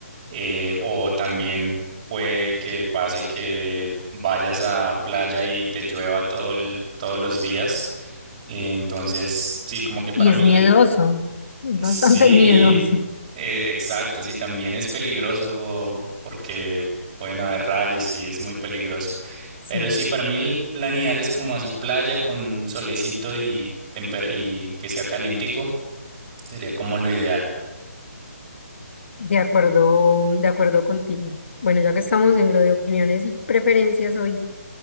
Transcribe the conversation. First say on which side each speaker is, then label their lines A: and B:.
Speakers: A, on the right (about 30°); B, on the left (about 50°).
A: Eh, o también puede que pase que vayas a playa y te llueva todo el- todos los días. Entonces, sí, como que para
B: Y es
A: mí
B: miedoso, es
A: Sí,
B: bastante <laughs> miedoso.
A: e- exacto, sí, también es peligroso porque pueden haber rayas y es muy peligroso.
B: Sí,
A: Pero sí, para mí el plan ideal es como así playa con solecito y, temper- y que sea calientico, sería como lo ideal.
B: de acuerdo, de acuerdo contigo. Bueno, ya que estamos en lo de opiniones y preferencias hoy